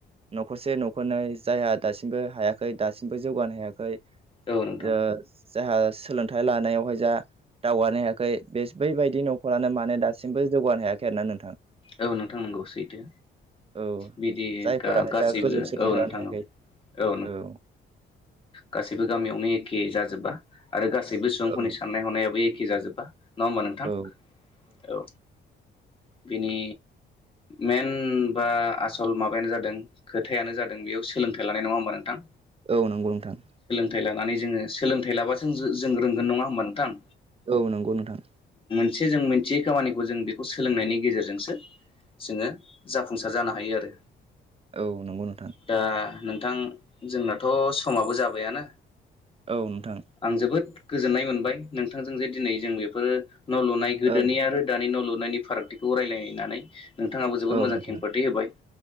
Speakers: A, on the right (about 30°); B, on the left (about 25°).
A: न'खरसे न'खरनै जायहा दासिमबो हाया खै दासिमबो जौगानो हायाखै
B: औ नोंथां
A: ओ जायहा सोलोंथाइ लानायावहाय जा दावगानो हायाखै बेस बैबायदि न'खरानो माने दासिमबो जौगानो हायाखै आरोना नोंथां।
B: औ नोंथां नंगौ सैथो।
A: औ
B: बिदि
A: जायफोराहाय
B: गा-गासैबो
A: जा गोजौ सोलोंथाइ
B: औ नोंथां
A: लानो हायाखै
B: औ औ
A: औ।
B: गासैबो गामियावनो एखे जाजोबबा आरो गासैबो सुबुंफोरनि
A: औ
B: साननाय हनायाबो एखे जाजोबबा नङा होमबा नोंथां
A: औ
B: औ बिनि मेन बा आसल माबायानो जादों खोथायानो जादों बेयाव सोलोंथाइ लानाय नङा होमबा नोंथां?
A: औ नंगौ नोंथां।
B: सोलोंथाइ लानानै जोङो सोलोंथाइ लाबासो जों रोंगोन नङा होमबा नोंथां‌?
A: औ नंगौ नोंथां।
B: <unintelligible> जों मिथियै खामानिखौ जों बेखौ सोलोंनायनि गेजेरजोंसो जोङो जाफुंसार जानो हायो आरो।
A: औ नंगौ नोंथां।
B: दा नोंथां जोंनाथ' समाबो जाबायानो
A: औ नोंथां
B: आं जोबोद गोजोन्नाय मोनबाय नोंथांजों जे दिनै जों बेफोरो न' लुनाय गोदोनि
A: औ
B: आरो दानि न' लु नायनि फारागथिखौ रायलायनानै। नोंथाङाबो जोबोद
A: औ
B: मोजां
A: नोंथां
B: खेंफोरथि होबाय